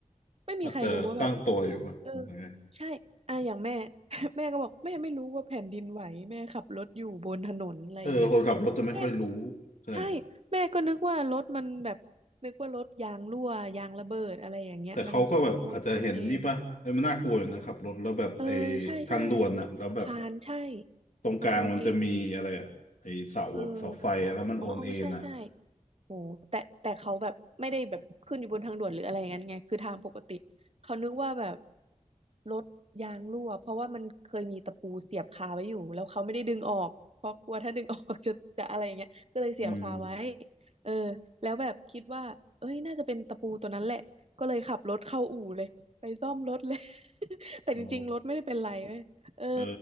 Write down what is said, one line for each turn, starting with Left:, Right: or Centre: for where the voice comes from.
Right: ไม่มีใครรู้ว่าแบบ
Left: อาจจะตั้งตัวอยู่ป่ะยังไง
Right: เออใช่อ่ะอย่างแม่ <laughs> แม่ก็บอกแม่ไม่รู้ว่าแผ่นดินไหวแม่ขับรถอยู่บนถนนอะไรอย่างเงี้ย
Left: เออคนขับรถจะไม่ค่อยรู้
Right: แม่
Left: ใช่
Right: ใช่แม่ก็นึกว่ารถมันแบบนึกว่ารถยางรั่วยางระเบิดอะไรอย่างเงี้ยมันโอนโอนเอ็น
Left: แต่เขาก็แบบอาจจะเห็นนี่ป่ะไอ้ยมันน่ากลัวอยู่นะขับรถแล้วแบบไอ้
Right: เออใช่ใช่
Left: ทางด่วนอะแล้วแบบ
Right: สะพานใช่
Left: ตรงกลางมันจะมีอะไรอะไอ้เสาอะเสาไฟอะแล้วมันโอนเอ็นอะ
Right: มันโอนเอ็นโอ้โหเอออ๋ออ๋อใช่ใช่ โอ้แต่แต่เขาแบบไม่ได้แบบขึ้นอยู่บนทางด่วนหรืออะไรอย่างนั้นไงคือทางปกติเขานึกว่าแบบรถยางรั่วเพราะว่ามันเคยมีตะปูเสียบคาไว้อยู่แล้วเขาไม่ได้ดึงออกเพราะกลัวถ้าดึงออกจะจะอะไรอย่างเงี้ยก็เลยเสียบคาไว้
Left: อืม
Right: เออแล้วแบบคิดว่าเอ้ยน่าจะเป็นตะปูตัวนั้นแหละก็เลยขับรถเข้าอู่เลยไปซ่อมรถเลย <laughs> แต่จริงๆรถไม่ได้เป็นไรเว้ยเออ
Left: อ๋อเออ